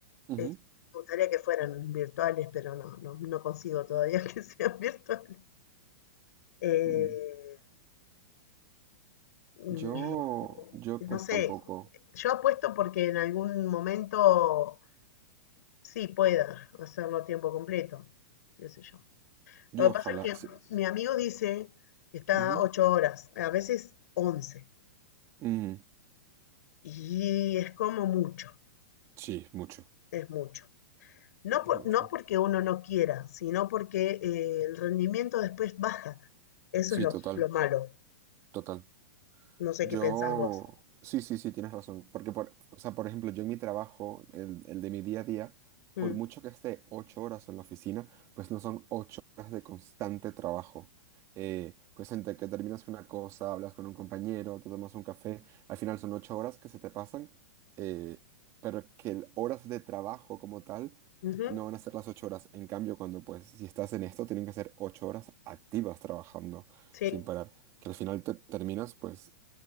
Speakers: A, on the right (about 30°); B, on the left (about 65°).
A: ujú,
B: Eh, me gustaría que fueran virtuales, pero no, no, no consigo todavía <laughs> que sean virtuales. Eh,
A: ujú.
B: mm,
A: Yo, yo pues
B: no sé,
A: tampoco.
B: yo apuesto porque en algún momento sí pueda hacerlo a tiempo completo, qué sé yo.
A: Yo
B: Lo que
A: ojalá.
B: pasa es que
A: Sí,
B: mi amigo dice que está
A: Ujú.
B: ocho horas, a veces once,
A: Mm,
B: y es como mucho,
A: sí, mucho.
B: es mucho. No,
A: Es
B: por-
A: mucho.
B: no porque uno no quiera, sino porque eh, el rendimiento después baja. Eso
A: Sí,
B: es lo,
A: total,
B: lo malo.
A: total.
B: No sé
A: Yo,
B: qué pensás vos.
A: sí, sí, sí, tienes razón. Porque, por, o sea, por ejemplo, yo en mi trabajo, el, el de mi día a día,
B: Mm,
A: por mucho que esté ocho horas en la oficina, pues no son ocho horas de constante trabajo. Eh, pues entre que terminas una cosa, hablas con un compañero, te tomas un café, al final son ocho horas que se te pasan, eh, pero que el- horas de trabajo como tal
B: ujú,
A: no van a ser las ocho horas. En cambio, cuando pues si estás en esto, tienen que ser ocho horas activas trabajando
B: Sí,
A: sin parar que al final te terminas pues